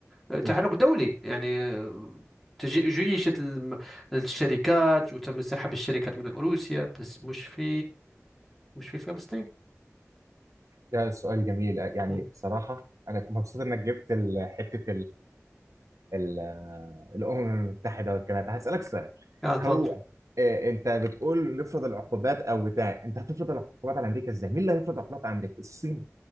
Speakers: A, in the centre; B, on the right.
A: آه، تحرك
B: مم.
A: دولي يعني آه، تجي- جيشت الم- الشركات وتم سحب الشركات من روسيا بس مش في مش في فلسطين
B: ده سؤال جميل يعني
A: مم.
B: بصراحه انا مبسوط انك جبت ال- حته ال- الأمم المتحدة والكلام ده هسألك سؤال
A: اه تفضل
B: هو آه، انت بتقول نفرض العقوبات او بتاع انت هتفرض العقوبات على امريكا ازاي؟ مين اللي هيفرض عقوبات على امريكا؟ الصين